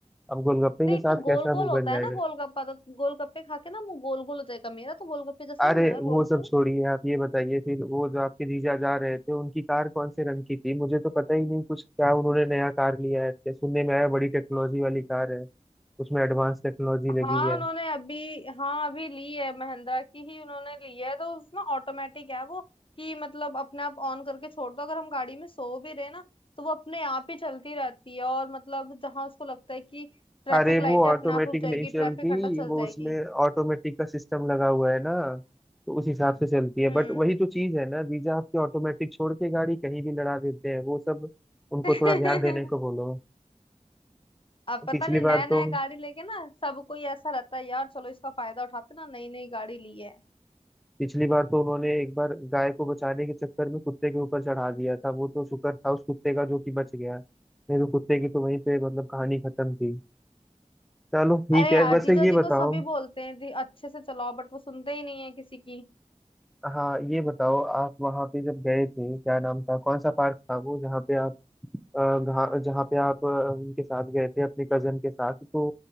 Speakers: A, in the centre; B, on the left (about 45°).
A: अब गोलगप्पे
B: नहीं
A: के साथ
B: तो गोल
A: कैसा
B: गोल
A: मुंह
B: होता
A: बन जाएगा
B: है ना गोलगप्पा तो गोलगप्पे खा के ना मुंह गोल गोल हो जाएगा मेरा तो गोलगप्पे जैसा
A: अरे
B: ही मुंह है
A: वो
B: गोल
A: सब
B: गोल
A: छोड़िए आप ये बताइए फिर वो जो आपके जीजा जा रहे थे उनकी कार कौन से रंग की थी मुझे तो पता ही नहीं कुछ क्या उन्होंने नया कार लिया है क्या सुनने में आया बड़ी टेक्नोलॉजी वाली कार है उसमें एडवांस टेक्नोलॉजी लगी
B: हाँ
A: है
B: उन्होंने अभी हाँ अभी ली है महिंद्रा की ही उन्होंने ली है तो उस ना ऑटोमेटिक है वो कि मतलब अपने आप ऑन करके छोड़ दो अगर हम गाड़ी में सो भी रहे ना तो वो अपने आप ही चलती रहती है और मतलब जहां उसको लगता है कि ट्रैफिक
A: अरे
B: लाइट
A: वो ऑटोमेटिक
B: है अपने आप रुक जाएगी
A: नहीं चलती
B: ट्रैफिक हटा चल
A: वो
B: जाएगी
A: उसमें ऑटोमेटिक का सिस्टम लगा हुआ है ना तो उस हिसाब से चलती है
B: हम्म
A: बट वही तो चीज है ना जीजा आपकी ऑटोमेटिक छोड़ के गाड़ी कहीं भी लड़ा देते हैं वो सब उनको
B: <laughs>
A: थोड़ा ध्यान देने को बोलो
B: अब पता
A: पिछली
B: नहीं नया
A: बार
B: नया
A: तो
B: गाड़ी लेके ना सबको ही ऐसा रहता है यार चलो इसका फायदा उठाते ना नई नई गाड़ी ली है
A: पिछली बार तो उन्होंने एक बार गाय को बचाने के चक्कर में कुत्ते के ऊपर चढ़ा दिया था वो तो शुक्र था उस कुत्ते का जो कि बच गया नहीं तो कुत्ते की तो वहीं पे मतलब कहानी खत्म थी चलो ठीक
B: अरे
A: है
B: यार
A: वैसे
B: जीजा
A: ये
B: जी को
A: बताओ
B: सभी बोलते हैं जी अच्छे से चलाओ बट वो सुनते ही नहीं है किसी की
A: हाँ ये बताओ आप वहाँ पे जब गए थे क्या नाम था कौन सा पार्क था वो जहाँ पे आप अ, घा- जहाँ पे आप अ, उनके साथ गए थे अपने कजन के साथ तो